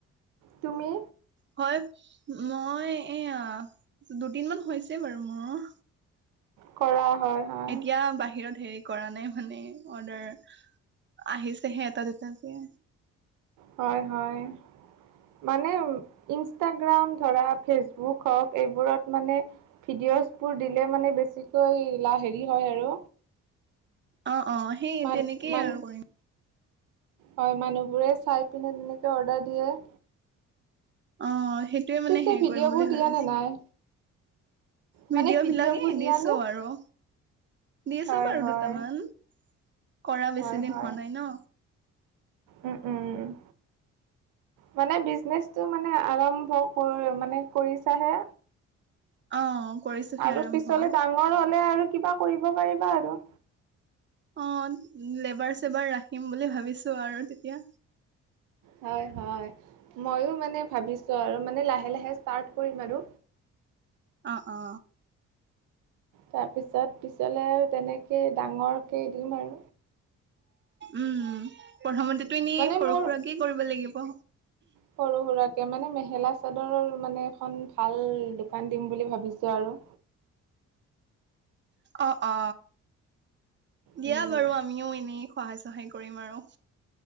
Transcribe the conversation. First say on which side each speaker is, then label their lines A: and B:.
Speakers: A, on the right; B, on the right.
A: তুমি।
B: হয় মই এইয়া, দুদিন মান হৈছে বাৰু মোৰ। <inaudible>
A: কৰা হয় হয়।
B: এতিয়া বাহিৰত হেৰি কৰা নাই মানে অৰ্ডাৰ আহিছেহে এটা দুটাকে।
A: হয় হয়। মানে ইনষ্টাগ্ৰাম ধৰা ফেচবুক হওঁক এইবোৰত মানে ভিডি য়চপোৰ দিলে মানে বেছিকৈ ইলা হেৰি হয় আৰু।
B: অ অ সেই
A: মান
B: তেনেকেই
A: মান
B: আৰু কৰিম
A: হয় মানুহবোৰে চাই পিনে তেনেকৈ অৰ্ডাৰ দিয়ে
B: অ সেইটোৱে
A: পিছে
B: মানে হেৰি
A: ভিডিঅ'বোৰ
B: কৰিম বুলি
A: দিয়া
B: ভাবিছো
A: নে নাই
B: ভিডিঅ'
A: মানে ভিডিঅ'বোৰ
B: বিলাকে
A: দিয়া
B: দিছো
A: নে
B: আৰু। দিছো
A: হয়
B: বাৰু
A: হয়
B: দুটামান, কৰা বেছি
A: হয়
B: দিন
A: হয়
B: হোৱা নাই ন
A: উম উম। মানে বিজনেচটো মানে আৰম্ভ কৰি মানে কৰিছাহে
B: অ কৰিছোহে
A: আৰু
B: আৰম্ভ
A: পিছলে ডাঙৰ হ'লে আৰু কিবা কৰিব পাৰিবা আৰু
B: অঁ লেবাৰ চেবাৰ ৰাখিম বুলি ভাবিছো আৰু তেতিয়া।
A: হয় হয় মইয়ো মানে ভাবিছো আৰু মানে লাহে লাহে ষ্টাৰ্ট কৰিম আৰু
B: অ অ
A: তাৰপিছত পিছলে আৰু তেনেকেই ডাঙৰকে দিম আৰু।
B: উম প্ৰথমতে তুমি
A: মানে
B: সৰু
A: মোৰ
B: সুৰাকেই কৰিব লাগিব
A: সৰু সুৰাকে মানে মেখেলা চাদৰৰ মানে এখন ভাল দোকান দিম বুলি ভাবিছো আৰু
B: অ অ দিয়া
A: উম,
B: বাৰু আমিও এনেই সহায় সহায় কৰিম আৰু